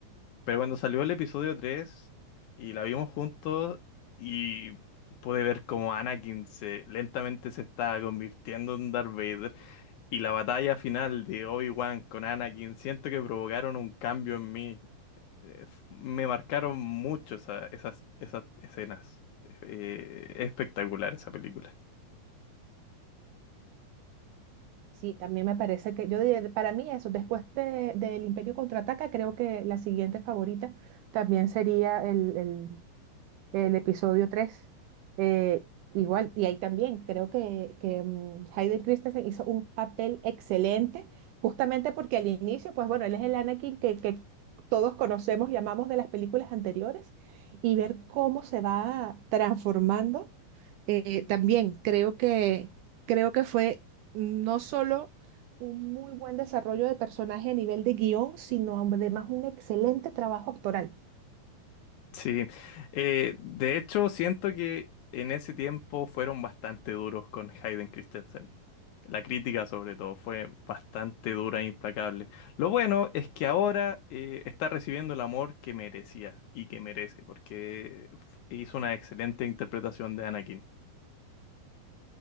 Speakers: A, on the left (about 70°); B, on the right (about 80°).
A: Pero cuando salió el episodio 3 y la vimos juntos y pude ver cómo Anakin se, lentamente se está convirtiendo en Darth Vader. Y la batalla final de Obi-Wan con Anakin, siento que provocaron un cambio en mí. Eh, f- Me marcaron mucho esa- esas, esas escenas. Eh, es espectacular esa película.
B: Sí, también me parece que yo diría, para mí eso, después de, del Imperio Contraataca, creo que la siguiente favorita también sería el, el episodio 3 eh, igual, y ahí también creo que, que mm, Hayden Christensen hizo un papel excelente, justamente porque al inicio, pues bueno, él es el Anakin que, que todos conocemos y amamos de las películas anteriores, y ver cómo se va transformando, eh, también creo que, creo que fue no solo un muy buen desarrollo de personaje a nivel de guión, sino además un excelente trabajo actoral.
A: Sí, eh, de hecho siento que en ese tiempo fueron bastante duros con Hayden Christensen. La crítica sobre todo fue bastante dura e implacable. Lo bueno es que ahora eh, está recibiendo el amor que merecía y que merece, porque f- hizo una excelente interpretación de Anakin.